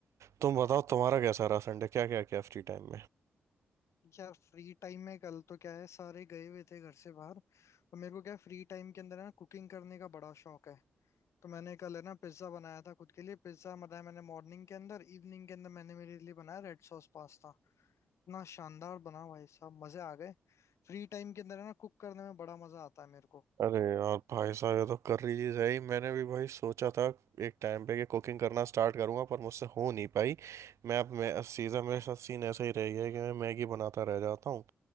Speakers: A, on the right; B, on the left.
A: तुम बताओ तुम्हारा कैसा रहा संडे क्या क्या किया फ्री टाइम
B: यार फ्री टाइम में कल तो क्या है सारे गए हुए थे घर से बाहर और मेरे को क्या है फ्री टाइम के अंदर है ना कुकिंग करने का बड़ा शौक है तो मैंने कल है ना पिज्जा बनाया था खुद के लिए पिज्जा बनाया मैंने मॉर्निंग के अंदर इवनिंग के अंदर मैंने मेरे लिए बनाया रेड सॉस पास्ता इतना शानदार बना भाई साहब मजे आ गए फ्री टाइम के अंदर है ना कुक करने में बड़ा मजा आता है मेरे को <laughs>
A: अरे यार भाई साहब ये तो कर रही चीज है ही मैंने भी भाई सोचा था एक टाइम पे कि कुकिंग करना स्टार्ट करूंगा पर मुझसे हो नहीं पाई मैं अब मैं सीधा मेरे साथ सीन ऐसा ही रह गया है कि मैं मैगी बनाता रह जाता हूँ